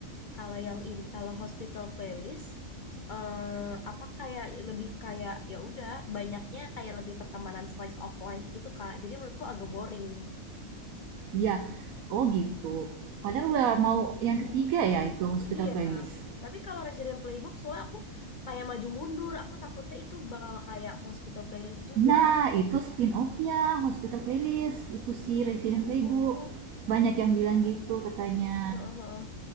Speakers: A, on the left; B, on the right.
A: Kalau yang in, kalau hospital playlist eh apa kayak lebih kayak ya udah banyaknya kayak lebih pertemanan slice of life gitu Kak. Jadi menurutku agak boring.
B: Iya. Oh gitu. Padahal udah mau yang ketiga ya itu Hospital
A: Iya.
B: Playlist.
A: Tapi kalau Resident Playbook soalnya aku kayak maju mundur, aku takutnya itu bakal kayak hospital playlist juga.
B: Nah, itu spin-off-nya Hospital Playlist. Itu si Resident Playbook.
A: Oh,
B: Banyak yang bilang gitu katanya.
A: Heeh, heeh.